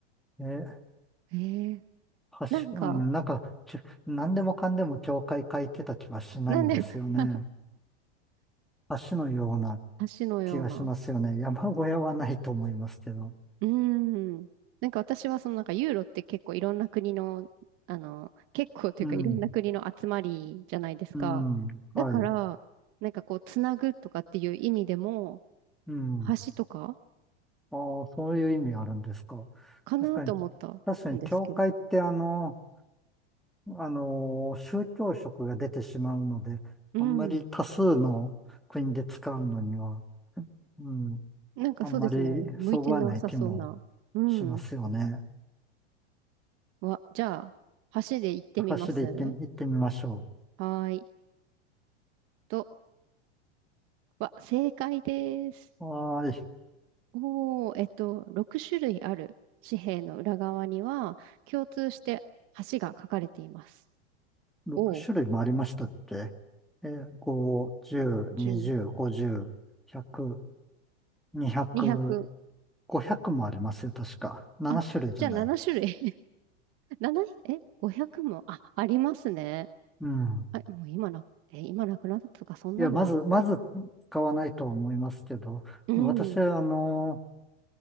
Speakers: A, in the centre; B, on the right.
A: え
B: えー、
A: 確うんなんか、
B: なんか、
A: ちゅ何でもかんでも教会書いてた気はしないんですよね。
B: なんで <laughs>
A: 橋のような
B: 橋のような
A: 気がしますよね。山小屋はないと思いますけど。
B: うーん。なんか私はそのなんかユーロって結構いろんな国の、あの、結構というかいろんな国の集まりじゃないですか。
A: うん、うん、
B: だから、
A: はい、
B: なんかこう、つなぐとかっていう意味でも、
A: うん。
B: 橋とか
A: ああ、そういう意味あるんですか。
B: かなと思ったんですけど。
A: 確かに、確かに教会ってあの、あの、宗教色が出てしまうので、
B: うん。
A: あんまり多数の国で使うのには、うん、
B: なんかそうですね。
A: あんまりそぐわない気も
B: 向いてなさそうな。うん。
A: しますよね。
B: わ、じゃあ、橋で行ってみます。
A: 箸で行ってみ、行ってみましょ
B: はーい。と、わ、正解です。
A: う。はーい。
B: おー、えっと、6種類ある紙幣の裏側には、共通して橋が書かれています。
A: 6種類もありましたっけ
B: お
A: えー、5、10、
B: 10、
A: 20、
B: 200、
A: 50、100、200、
B: にひゃく
A: 500もありますよ、確か。7種類じゃない。
B: あ、じゃあ7種類。<laughs> 7、え、500も、あ、ありますね。
A: うん。
B: あ、もう今な、え、今なくなったとか、そんなのは。
A: いや、まず、まず使わないとは思いますけど、
B: うん。
A: 私は、あの、